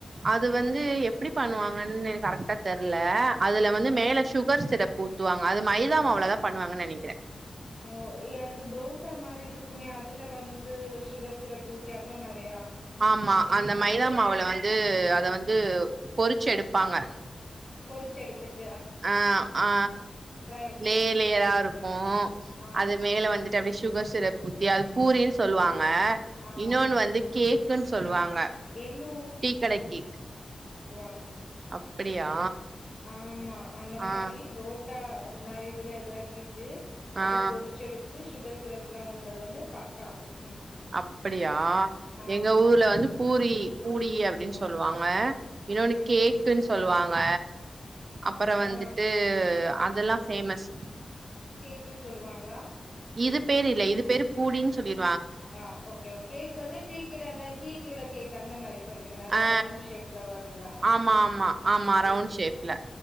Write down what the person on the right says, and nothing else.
அது வந்து எப்டி பண்ணுவாங்கன்னு கரெக்டா தெர்ல அதுல வந்து
மேல சுகர் சிரப் ஊத்துவாங்க அது மைதா மாவுளதா பண்ணுவாங்கு நெனக்குறே
ஆமா அந்த மைதா மாவுல வந்து அத வந்து வந்து பொறிச்சு எடுப்பாங்க
ஆ ஆ
லேயர் லேயராா இருக்கு
அது மேல வந்துட்டு அப்டி சுகர் சிரப் தியா அது பூரின் சொல்லுவாங்க
இன்னொன்னு வந்து கேக்குன் சொல்லுவாங்க
டீ கடை கேக்
அப்டியா
ஆ
ஆ
அப்டியா
எங்க ஊர்ல வந்து பூரி பூடி அப்டின்
சொல்லுவாங்க இன்னொன்னு
கேக்குன் சொல்லுவாங்க அப்பறம்
வந்துட்டு அதெல்லாம் ஃபேமஸ்
இது பேரு இல்ல இது பேரு பூடின் சொல்லிரு
ஆ
ஆமா ஆமா ஆமா ரவுண்ட் ஷேப்ல